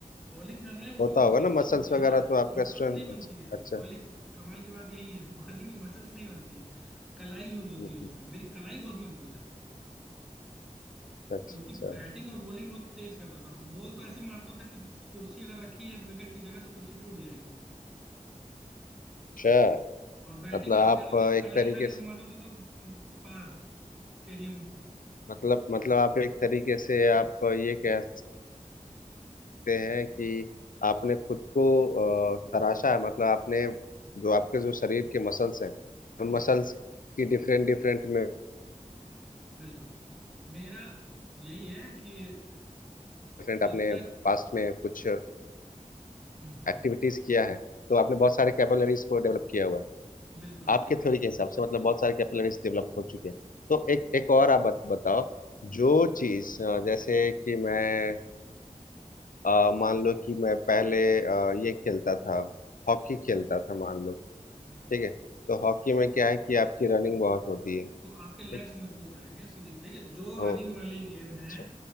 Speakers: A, in the centre; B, on the left.
A: बॉलिंग कर रहे हैं उसमें
B: होता
A: मसल्स
B: होगा ना
A: नहीं
B: मसल्स
A: बनती है
B: वगैरह
A: ना
B: तो आपका
A: मसल्स
B: स्ट्रेंथ
A: नहीं बनती
B: अच्छा
A: है
B: अच्छा
A: बॉलिंग कमाल की बात यही है <laughs> बॉलिंग में मसल्स नहीं बनती है कलाई यूज होती
B: हम्म,
A: है उसमें
B: हम्म,
A: मेरी कलाई बहुत मजबूत है
B: अच्छा
A: क्योंकि
B: अच्छा
A: बैटिंग और बॉलिंग बहुत तेज करता था बॉल तो ऐसे मारता था कि कुर्सी अगर रखी है विकेट की जगह तो कुर्सी टूट जाएगी
B: अच्छा
A: और बैटिंग
B: मतलब
A: ऐसी
B: आप
A: करता था
B: एक
A: कलाई
B: तरीके
A: खाली
B: से
A: घुमाता था तो उम, पार स्टेडियम
B: मतलब मतलब आप एक तरीके से आप ये कह सकते हैं कि आपने खुद को अ, तराशा है मतलब आपने जो आपके जो शरीर के मसल्स हैं उन मसल्स की डिफरेंट डिफरेंट में
A: बिल्कुल मेरा यही है कि
B: डिफरेंट आपने
A: जितना
B: पास्ट में कुछ
A: हम्म हम्म
B: एक्टिविटीज किया है तो आपने बहुत सारे कैपिलरीज को डेवलप किया हुआ है
A: बिल्कुल
B: आपके
A: बिल्कुल
B: थ्योरी के हिसाब से मतलब बहुत सारे कैपिलरीज डेवलप हो चुके हैं तो एक एक और आप बत, बताओ जो चीज अ, जैसे कि मैं अ, मान लो कि मैं पहले अ, ये खेलता था हॉकी खेलता था मान लो
A: हम्म
B: ठीक है तो हॉकी में क्या है कि आपकी रनिंग बहुत होती है
A: तो आपके
B: ठीक
A: लेग्स मजबूत हो जाएंगे सीधी देखिए जो
B: ओ
A: रनिंग वाली गेम
B: अच्छा
A: है